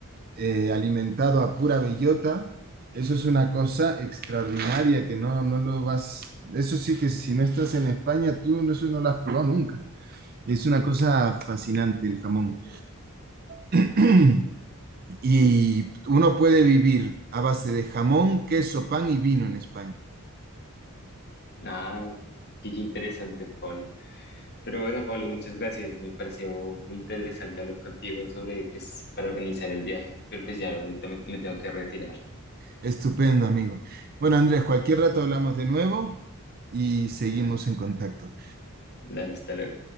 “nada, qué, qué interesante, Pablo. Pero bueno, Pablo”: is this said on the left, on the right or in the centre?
Left